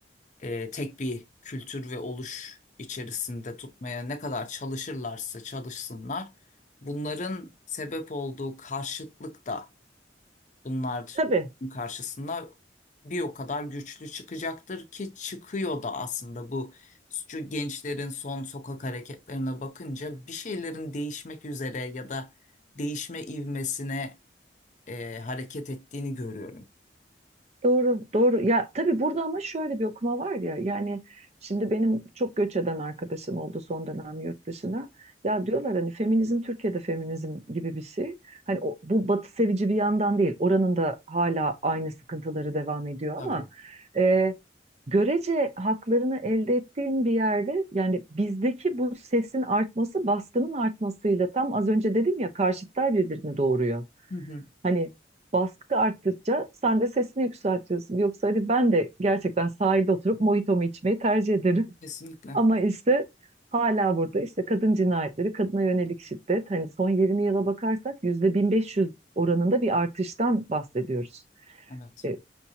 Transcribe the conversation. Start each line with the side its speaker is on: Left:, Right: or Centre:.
Left: e, tek bir kültür ve oluş içerisinde tutmaya ne kadar çalışırlarsa çalışsınlar, bunların sebep olduğu karşıtlık da bunlar
Right: Tabii
Left: karşısında bir o kadar güçlü çıkacaktır ki çıkıyor da aslında bu şu gençlerin son sokak hareketlerine bakınca bir şeylerin değişmek üzere ya da değişme ivmesine e, hareket ettiğini görüyorum.
Right: Doğru, doğru. Ya tabii burada ama şöyle bir okuma var ya. Yani şimdi benim çok göç eden arkadaşım oldu son dönem yurt dışına. Ya diyorlar hani feminizm Türkiye'de feminizm gibi bir şey. Hani o- bu batı sevici bir yandan değil. Oranın da hala aynı sıkıntıları devam ediyor
Left: Tabii.
Right: ama e, görece haklarını elde ettiğin bir yerde yani bizdeki bu sesin artması baskının artmasıyla tam az önce dedim ya karşıtlar birbirini doğuruyor.
Left: Hı hı.
Right: Hani baskı arttıkça sen de sesini yükseltiyorsun. Yoksa hadi ben de gerçekten sahilde oturup mojitomu içmeyi tercih ederim. <laughs>
Left: Kesinlikle.
Right: Ama işte hala burada işte kadın cinayetleri, kadına yönelik şiddet hani son 20 yıla bakarsak yüzde 1500 oranında bir artıştan bahsediyoruz.
Left: Evet.
Right: E,